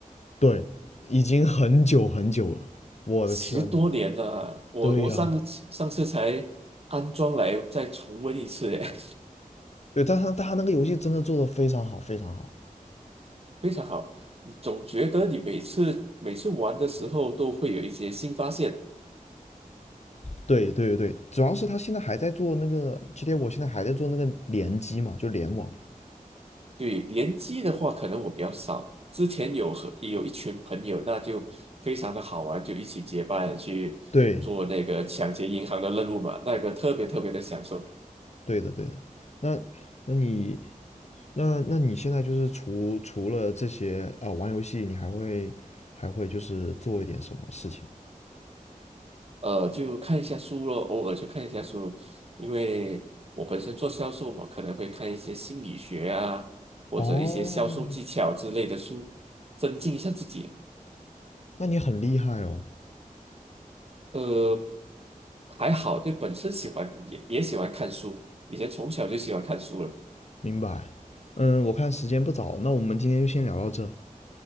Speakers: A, on the left; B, on the right.
A: 对，已经很久很久了，我的天，
B: 十多年了啊。我我上次上次才安装来再重温一次，
A: 对呀、
B: 哎，
A: 对，但他但他那个游戏真的做的非常好，非常好，
B: <laughs> 非常好。总觉得你每次每次玩的时候都会有一些新发现。
A: 对对对，主要是他现在还在做那个今天我现在还在做那个联机嘛，就联网嘛，
B: 对，联机的话，可能我比较少。之前有和也有一群朋友，那就非常的好玩，就一起结伴去做那个抢劫银行的任务嘛，
A: 对
B: 那个特别特别的享受。
A: 对的对的，那那你那那你现在就是除除了这些啊、呃玩游戏，你还会还会就是做一点什么事情
B: 呃，就看一下书咯，偶尔去看一下书，因为我本身做销售嘛，可能会看一些心理学啊，或者一些销售技巧之类的书，
A: 哦，
B: 增进一下自己。
A: 那你很厉害哦，
B: 呃，还好，就本身喜欢也也喜欢看书，以前从小就喜欢看书了。
A: 明白。嗯，我看时间不早，那我们今天就先聊到这。